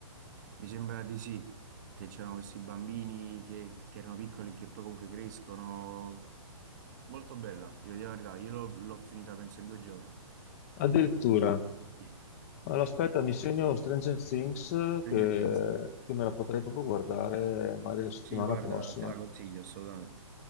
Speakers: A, on the right; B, on the left.
A: Mi sembra di sì, che c'erano questi bambini che, che erano piccoli, che poi comunque crescono. Molto bella, vi dico la verità, io l'ho l'ho finita penso in due giorni.
B: Addirittura.
A: Mm. Sì.
B: Allora, aspetta, mi segno Stranger Things eh,
A: Stranger
B: che,
A: Things.
B: che me la potrei proprio guardare magari la settimana
A: Sì, guarda,
B: prossima.
A: te la consiglio assolutamente.